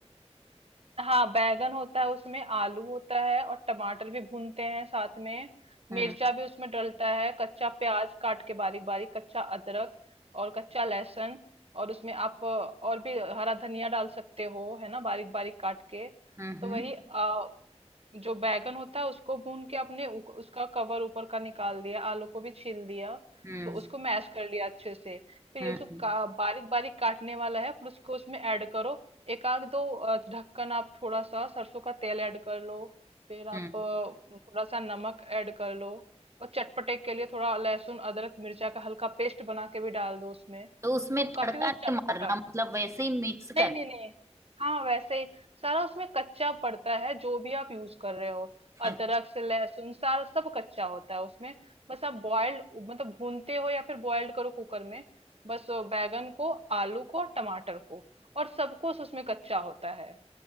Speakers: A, on the right; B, on the right.
A: हाँ बैगन होता है उसमें आलू होता है और टमाटर भी भूनते हैं साथ में
B: हम्म
A: मिर्चा भी उसमें डलता है कच्चा प्याज काट के बारीक बारीक कच्चा अदरक और कच्चा लहसुन और उसमें आप अ, और भी हरा धनिया डाल सकते हो है ना बारीक बारीक काट के
B: हम्म हम्म
A: तो वही आ, जो बैगन होता है उसको भून के आपने उ- उसका कवर ऊपर का निकाल दिया आलू को भी छील दिया
B: हम्म
A: तो उसको मैश कर लिया अच्छे से फिर
B: हम्म
A: ये जो का, बारीक बारीक काटने वाला है फिर उसको उसमें ऐड करो एक आध दो अ, ढक्कन आप थोड़ा सा सरसों का तेल ऐड कर लो फिर आप
B: हम्म।
A: अ, थोड़ा सा नमक ऐड कर लो और चटपटे के लिए थोड़ा लहसुन अदरक मिर्चा का हल्का पेस्ट बना के भी डाल दो उसमें
B: तो उसमें
A: तो
B: तड़का
A: काफी वो चटपटा
B: नहीं मारना मतलब वैसे ही मिक्स
A: नहीं
B: कर
A: नहीं नहीं हाँ वैसे ही सारा उसमें कच्चा पड़ता है जो भी आप यूज कर रहे हो
B: अच्छा
A: अदरक से लहसुन सारा सब कच्चा होता है उसमें बस आप बॉइल्ड मतलब भूनते हो या फिर बॉइल्ड करो कुकर में बस वो बैगन को आलू को और टमाटर को और सब कुछ उसमें कच्चा होता है